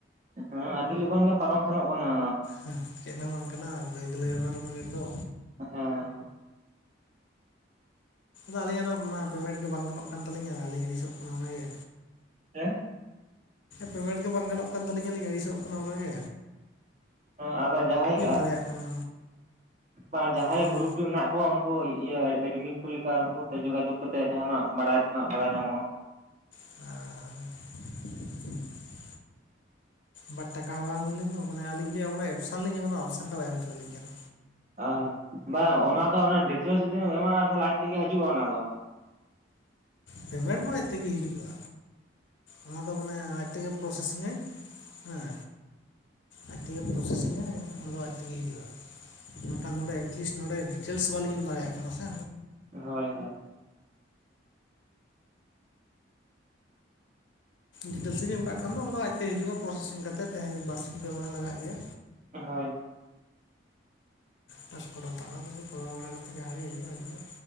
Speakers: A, on the right; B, on the left.
A: ᱦᱮᱸ ᱟᱹᱰᱤ ᱞᱚᱜᱚᱱ ᱜᱮ ᱯᱟᱨᱚᱢ ᱥᱮᱱᱚᱜ ᱠᱟᱱᱟ᱾
B: ᱦᱮ ᱪᱮᱫ ᱦᱚᱸ ᱵᱟᱝ ᱠᱟᱱᱟ ᱵᱟᱹᱭ ᱜᱮᱞ ᱵᱟᱨᱚ ᱢᱤᱱᱤᱴ ᱫᱚ
A: ᱦᱮᱸ <unintelligible>
B: ᱟ ᱟᱹᱞᱤᱧ ᱟᱜ ᱚᱱᱟ ᱯᱮᱢᱮᱱᱴ ᱜᱮ ᱵᱟᱝ ᱜᱟᱱᱚᱜ ᱠᱟᱱ ᱛᱟᱹᱞᱤᱧᱼᱟ ᱟᱹᱞᱤᱧ ᱟᱹᱲᱤ ᱥᱚᱜ ᱠᱟᱱᱟ ᱚᱱᱟ ᱜᱮ
A: ᱦᱮᱸ
B: ᱯᱮᱢᱮᱱᱴ ᱜᱮ ᱵᱟᱝ ᱜᱟᱱᱚᱜ ᱠᱟᱱ ᱛᱟᱹᱞᱤᱧᱼᱟ ᱞᱤᱧ ᱟᱹᱲᱤ ᱥᱚᱜ ᱠᱟᱱᱟ ᱚᱱᱟ ᱜᱮ
A: ᱦᱮᱸ ᱟᱫᱚ ᱡᱟᱦᱟᱸᱭ
B: ᱫᱟᱲᱮᱭᱟᱜ ᱠᱟᱱᱟ
A: ᱟᱜ ᱡᱟᱦᱟᱸᱭ
B: ᱢᱟᱱᱮ
A: ᱜᱩᱨᱩᱯ ᱨᱮ ᱢᱮᱱᱟᱜ ᱠᱚ ᱟᱵᱚᱣᱟᱜ ᱩᱱᱠᱩ ᱤᱭᱟᱹ ᱮᱰᱢᱤᱱ ᱠᱚ ᱞᱮᱠᱟ ᱩᱱᱠᱩ ᱡᱳᱜᱟᱡᱳᱜᱽ ᱠᱟᱛᱮ ᱡᱟᱦᱟᱸᱱᱟᱜ ᱵᱟᱲᱟᱭ ᱛᱮᱱᱟᱜ ᱵᱟᱲᱟᱭ ᱧᱟᱢᱚᱜᱼᱟ᱾
B: <unintelligible> ᱵᱟᱴ ᱴᱟᱠᱟ ᱦᱚᱸ ᱵᱟᱝ ᱦᱩᱭ ᱞᱮᱱ ᱫᱚ ᱢᱟᱱᱮ ᱟᱹᱞᱤᱧ ᱜᱮ ᱚᱱᱟ ᱮᱯᱥᱟᱱ ᱞᱤᱧ ᱮᱢᱫᱟ ᱳᱯᱥᱟᱥᱟᱱ ᱫᱚ ᱵᱟᱭ ᱮᱢ ᱦᱚᱪᱚ ᱟᱞᱤᱧ ᱠᱟᱱᱟ᱾
A: ᱟ ᱵᱟᱝ ᱚᱱᱟ ᱫᱚ ᱰᱮᱠᱣᱮᱥ ᱡᱩᱫᱤᱢ ᱮᱢᱟᱜᱼᱟ ᱠᱷᱟᱱ ᱛᱟᱦ ᱞᱮ ᱟᱡ ᱛᱮ ᱜᱮ ᱦᱤᱡᱩᱜᱼᱟ ᱚᱱᱟ ᱫᱚ
B: ᱯᱮᱢᱮᱴ ᱢᱟ ᱟᱡ ᱛᱮ ᱜᱮ ᱦᱤᱡᱩᱜᱼᱟ᱾ ᱚᱱᱟ ᱫᱚ ᱢᱟᱱᱮ ᱟᱡ ᱛᱮ ᱜᱮ ᱯᱨᱚᱥᱮ ᱥᱤᱝ ᱟᱭ ᱦᱮᱸ ᱟᱡ ᱛᱮ ᱜᱮ ᱯᱨᱚᱥᱮ ᱥᱤᱝ ᱟᱭ ᱚᱸᱰᱮ ᱫᱚ ᱟᱡ ᱛᱮ ᱜᱮ ᱦᱤᱡᱩᱜᱼᱟ᱾ ᱢᱮᱱ ᱠᱷᱟᱱ ᱱᱚᱰᱮ ᱮᱴᱞᱤᱥᱴ ᱱᱚ ᱰᱮ ᱰᱤᱴᱮᱞᱥ ᱵᱟᱹᱞᱤᱧ ᱮᱢ ᱫᱟᱲᱮ ᱭᱟᱜ ᱠᱟᱱᱟ ᱥᱮ
A: ᱦᱳᱭ ᱦᱳᱭ
B: ᱰᱤᱴᱮᱞᱥᱤ ᱤᱧ ᱮᱢ ᱠᱟᱜ ᱠᱷᱟᱱ ᱫᱚ ᱚᱱᱟ ᱫᱚ ᱟᱡ ᱛᱮ ᱦᱤᱡᱩᱜᱼᱟ ᱯᱨᱚᱥᱮ ᱥᱤᱝ ᱠᱟ ᱠᱟᱛᱮᱫ ᱛᱮᱦᱮᱧ ᱵᱟᱨ ᱥᱤᱧ ᱯᱮ ᱞᱟᱜᱟᱜ ᱜᱮᱭᱟ
A: ᱦᱳᱭ
B: ᱯᱷᱟᱥ ᱯᱚᱨᱟᱣ ᱫᱟᱞᱟᱮ ᱯᱚᱨᱟᱣ ᱵᱟᱲᱟ ᱠᱟᱛᱮ ᱵᱷᱟᱜᱮ ᱦᱩᱭᱩᱜᱼᱟ ᱦᱩᱭᱩᱜᱼᱟ